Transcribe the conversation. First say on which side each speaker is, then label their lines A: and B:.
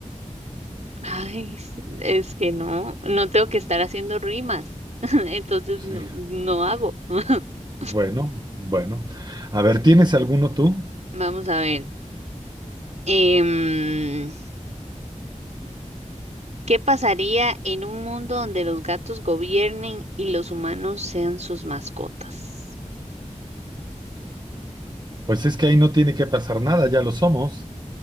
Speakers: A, on the right; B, on the right.
A: Ay, s- es que no, no tengo que estar haciendo rimas. <laughs> Entonces
B: Sí.
A: no, no hago. <laughs>
B: Bueno, bueno. A ver, ¿tienes alguno tú?
A: Vamos a ver. Em, ¿qué pasaría en un mundo donde los gatos gobiernen y los humanos sean sus mascotas?
B: Pues es que ahí no tiene que pasar nada, ya lo somos.